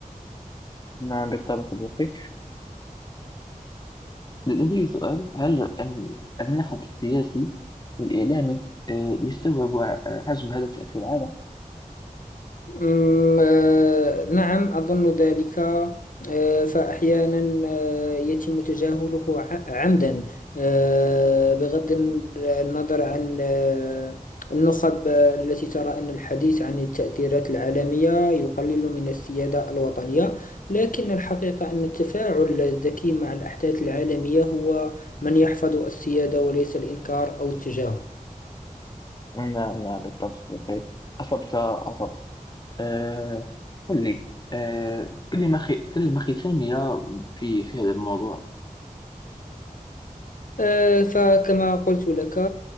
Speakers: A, on the left; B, on the left.
A: نعم بالطبع صديقي لدي سؤال هل ال- النهج السياسي والإعلامي آه، يستوعب آه، حجم هذا التأثير هذا؟
B: أمم، آه، نعم أظن ذلك آه، فأحيانا آه، يتم تجاهله ع- عمدا آه، بغض النظر عن آه، النخب آه، التي ترى أن الحديث عن التأثيرات العالمية يقلل من السيادة الوطنية لكن الحقيقة أن التفاعل الذكي مع الأحداث العالمية هو من يحفظ السيادة وليس الإنكار أو التجاهل
A: نعم نعم بالطبع صديقي أصبت أصبت آه، قل لي آه، كلمة خي... كلمة ختامية في في هذا الموضوع
B: آه، فكما قلت لك م،